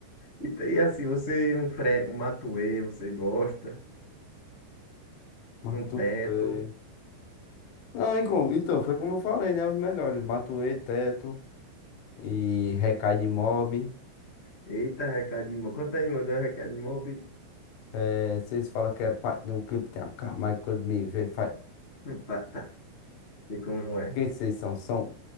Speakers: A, on the left (about 55°); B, on the left (about 75°).
A: E, t- e assim, você, um, tre, um matuê, você gosta,
B: Mas
A: um teto.
B: tu, é, Não, e como- então, foi como eu falei, né? Os melhores. Matuê, Teto e Recai de Mob.
A: Eita, recado de mob. Conta aí, manda um recado de mob.
B: É, vocês falam que é pai de um clipe, tem a cara, quando me vê, faz.
A: Tá, tá. Sei como é.
B: Quem que vocês são? São,